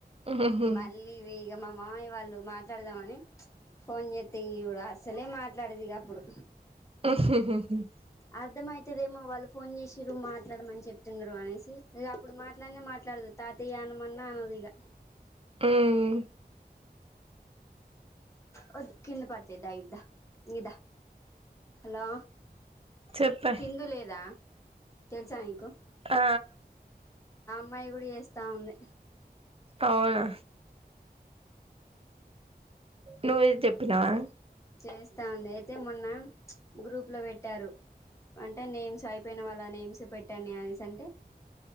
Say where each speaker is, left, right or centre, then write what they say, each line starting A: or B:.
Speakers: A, on the right; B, on the left.
A: ఉహుహు
B: మళ్ళీ విగమామ్ మామయ్య వాళ్ళు మాట్లాడదామని ఫోన్ చేస్తా ఈడు అసలే మాట్లాడేది ఇగ అప్పుడు
A: <unintelligible>
B: అర్ధం అయితదేమో వాళ్ళు ఫోన్ చేసిన్రు మాట్లాడమని చెప్తున్నారు అనేసి ఇగ అప్పుడు మాట్లాడినే మాట్లాడదు తాతయ్యా అనమన్న అనదు ఇక
A: హ్మ్
B: వద్దు కింద పడుతాయ్ దా ఇటు దా హలో
A: చెప్పా
B: కిందు లేదా తెల్సా అయకు
A: ఆ
B: అమ్మాయి గుడి వేస్తా ఉంది
A: అవునా నువ్్వవుేది చెప్పినావా
B: చేస్తా ఉంది అయితే మొన్న గ్రూప్లో పెట్టారు అంటే నేమ్స్ అయిపోయిన వాళ్ళ నేమ్స్ పెట్టండి అనేసి అంటే